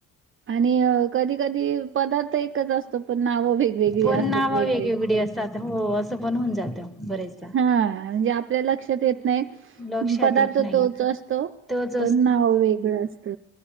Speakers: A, on the right; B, in the centre.
A: आणि कधी कधी पदार्थ एकच असतो पण नाव वेगवेगळी
B: पण
A: असतात
B: नाव
A: वेगवेगळे
B: वेगवेगळी असतात हो असं पण होऊन जातं बरेचदा.
A: हा जे आप ल्या लक्षात येत नाही
B: लक्षात
A: पदार्थ
B: येत नाही
A: तोच असतो,
B: तोच
A: पण नाव वेगळं असत.